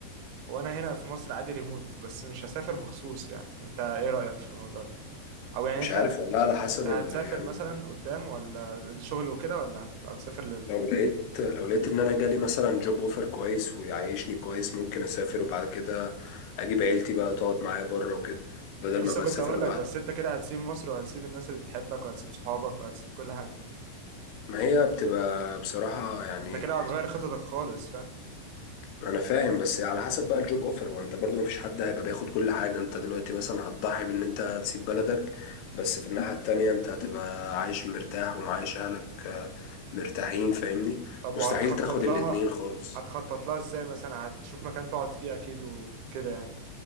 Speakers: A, on the right; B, on the left.
A: وانا هنا في مصر عادي ريموت بس مش هسافر مخصوص يعني انت ايه رايك في الموضوع ده او يعني
B: مش
A: انت
B: عارف والله على حسب
A: انت هتسافر
B: ال... يعني
A: مثلا قدام ولا الشغل وكده ولا هتبقى مسافر
B: لو لقيت لو لقيت ان انا جالي مثلا جوب اوفر كويس ويعيشني كويس ممكن اسافر وبعد كده اجيب عيلتي بقى تقعد معايا بره وكده بدل
A: لسه
B: ما بسافر
A: كنت هقول
B: لوحدي
A: لك بس انت كده هتسيب مصر وهتسيب الناس اللي بتحبك وهتسيب صحابك وهتسيب كل حاجة
B: ما هي بتبقى بصراحة يعني
A: انت كده هتغير خططك خالص فاهم
B: أنا فاهم بس على حسب بقى الجوب أوفر وأنت برضو مفيش حد هيبقى بياخد كل حاجة أنت دلوقتي مثلا هتضحي بإن أنت تسيب بلدك بس في الناحية التانية أنت هتبقى عايش مرتاح ومعايش أهلك آه، مرتاحين فاهمني
A: طب وهتخطط
B: مستحيل تاخد
A: لها
B: الاتنين خالص
A: هتخطط لها ازاي مثلا هتشوف مكان تقعد فيه اكيد وكده يعني